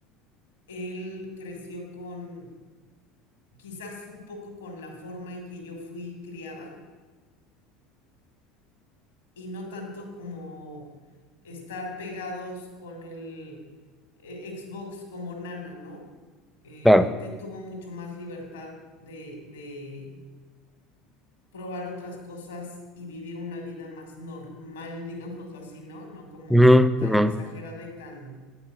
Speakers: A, on the left; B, in the centre.
A: él creció con, quizás un poco con la forma en que yo fui criada y no tanto como estar pegados con el eh, Xbox como nana, ¿no? Eh,
B: claro,
A: te tuvo mucho más libertad de, de probar otras cosas y vivir una vida más normal, digámoslo así, ¿no? No como
B: Ujú,
A: tan
B: ujú,
A: exagerada y tan